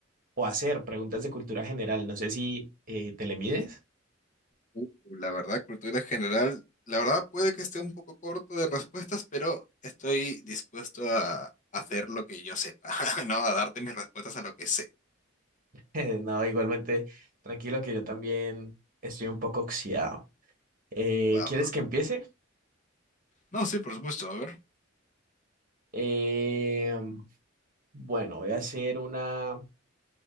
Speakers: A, on the right; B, on the left.
A: o hacer preguntas de cultura general. No sé si eh, te le mides.
B: Uh, la verdad, cultura general, la verdad puede que esté un poco corto de respuestas, pero estoy dispuesto a hacer lo que yo sepa, <laughs> ¿no? A darte mis respuestas a lo que sé.
A: <laughs> No, igualmente, tranquilo que yo también estoy un poco oxidado. Eh,
B: Va,
A: ¿quieres
B: va.
A: que empiece?
B: No, sí, por supuesto. A ver,
A: Eh, bueno, voy a hacer una,